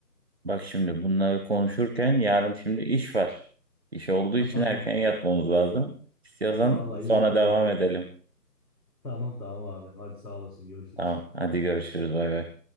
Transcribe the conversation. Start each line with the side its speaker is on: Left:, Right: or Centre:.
Right: bak şimdi bunları konuşurken yarın şimdi iş var. İş olduğu
Left: <laughs>
Right: için erken yatmamız lazım. İstiyorsan
Left: Vallahi
Right: sonra
Left: iyi hatırlattın.
Right: devam edelim.
Left: Tamam tamam abi hadi sağ olasın görüşürüz.
Right: Tamam hadi görüşürüz bay bay.